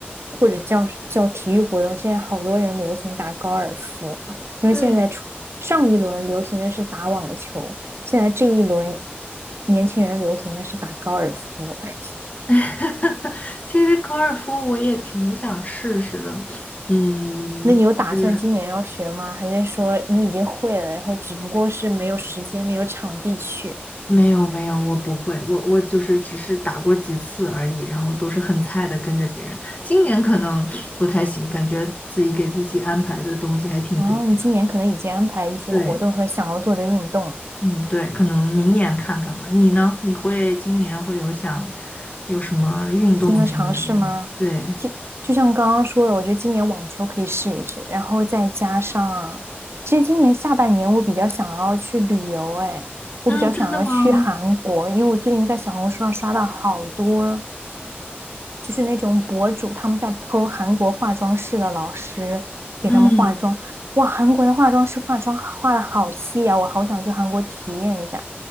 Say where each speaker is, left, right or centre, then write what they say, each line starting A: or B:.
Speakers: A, on the right (about 80°); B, on the left (about 35°).
A: 或者叫叫体育活动。现在好多人流行打高尔夫，因为现在出上一轮流行的是打网球，
B: 对，
A: 现在这一轮年轻人流行的是打高尔夫。<laughs>
B: <laughs> 其实高尔夫我也挺想试试的，嗯，
A: 那你有打算今年要学吗？
B: 是
A: 还是说你已经会了，然后只不过是没有时间、没有场地去？
B: 没有没有，我不会，我我就是只是打过几次而已，然后都是很菜的跟着别人。今年可能不太行，感觉自己给自己安排的东西还挺多的。
A: 哦，你今年可能已经安排一些活动和想要做的运动，
B: 对，嗯，对，可能明年看看吧。你呢？你会今年会有想有什么运动之类的吗？
A: 新的尝试吗？
B: 对，
A: 就就像刚刚说的，我觉得今年网球可以试一试，然后再加上，其实今年下半年我比较想要去旅游，哎，我比较想要去韩国，
B: 嗯，真的吗？
A: 因为我最近在小红书上刷到好多。就是那种博主他们在 p 韩国化妆室的老师给他们化妆，
B: 嗯。
A: 哇，韩国的化妆师化妆化的好细啊，我好想去韩国体验一下。